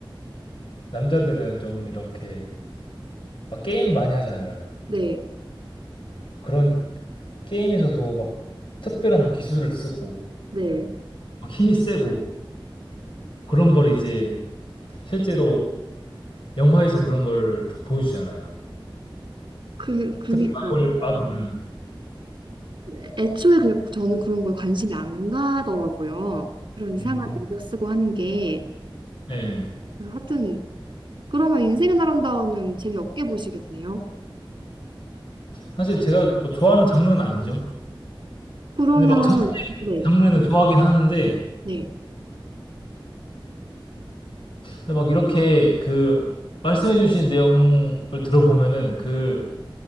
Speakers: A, on the left (about 70°); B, on the right (about 55°).
A: 남자들은 좀 이렇게 막 게임 많이 하잖아요.
B: 네,
A: 그런 게임에서도 막 특별한 막 기술을 쓰고
B: 네.
A: 막 힘이 세고 그런 걸 이제 실제로 영화에서 그런 거를 다 보여주잖아요.
B: 그, 그니까요.
A: 특히 마블 마블은
B: 애- 애초에 그냥 저는 그런 거에 관심이 안 가더라고요. 그런 이상한
A: 음,
B: 능력 쓰고 하는 게.
A: 네.
B: 하여튼 그러면 인생은 아름다워는 재미없게 보시겠네요.
A: 사실 제가 뭐 좋아하는 장르는 아니죠.
B: 그러면
A: 근데 막 전쟁
B: 네,
A: 장르는 좋아하긴 하는데
B: 네,
A: 근데 막 이렇게 그 말씀해주신 내용을 들어보면은 그